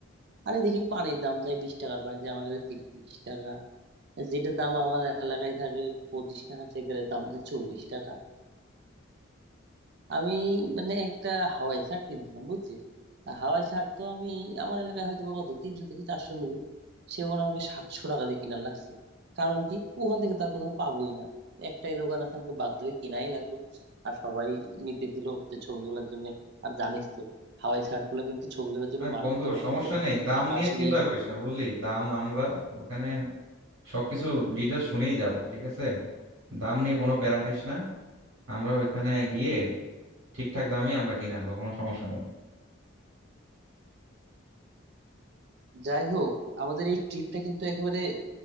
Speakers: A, on the right; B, on the right.
A: আরে দেখি পানির দাম চাই বিশ টাকার পানি চাই আমার কাছে তিরিশ টাকা যেটার দাম আমার এলাকায় থাকে পঁচিশ টাকা সেখানে দাম চাই চল্লিশ টাকা আমি মানে একটা হাওয়াই শার্ট কিনছিলাম বুঝছিস আর হাওয়াই শার্ট তো আমি আমার এলাকায় হয়তো বা কত তিনশো থেকে চারশো নিবে সে ওখানে আমাকে সাতশো টাকা দিয়ে কিনা লাগছে কারণ কি ওখান থেকে তার কোথাও পাবোই না একটাই দোকান আছে আমাকে বাধ্য হয়ে কিনাই লাগলো আর সবাই নিতেছিল যে ছবি তোলার জন্য আর জানিস তো হাওয়াই শার্ট গুলো কিন্তু ছবি তোলার জন্য
B: হ্যাঁ
A: মারাত্মক
B: বন্ধু
A: হয়
B: সমস্যা
A: যখন
B: নেই দাম
A: আকাশ
B: নিয়ে চিন্তা
A: নীল
B: করিস না বুঝলি দাম আমরা ওখানে সবকিছু ডিটেল শুনেই যাব ঠিক আছে দাম নিয়ে কোনো প্যারা খাইস না আমরা ওইখানে গিয়ে ঠিকঠাক দামই আমরা কিনে আনবো কোনো সমস্যা নেই
A: যাই হোক আমাদের এই ট্রিপটা কিন্তু একেবারে